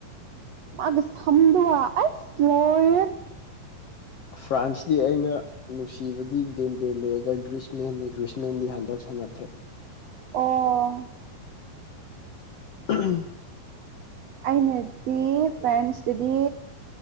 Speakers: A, on the right; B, on the left.
A: ꯃꯥꯒ ꯁꯝꯗ ꯑ ꯏꯁꯂꯣꯏꯔꯦ
B: ꯐ꯭ꯔꯥꯟꯁꯇꯤ ꯑꯩꯅ ꯅꯨꯡꯁꯤꯕꯗꯤ ꯗꯦꯝꯕꯦꯜꯂꯦꯛꯑꯒ ꯒ꯭ꯔꯤꯁꯃꯦꯟꯅꯤ ꯒ꯭ꯔꯤꯁꯃꯦꯟꯗꯤ ꯍꯟꯗꯛ ꯁꯥꯟꯅꯗ꯭ꯔꯦ
A: ꯑꯣ
B: <unintelligible>
A: ꯑꯩꯅꯗꯤ ꯐ꯭ꯔꯦꯟꯁꯇꯗꯤ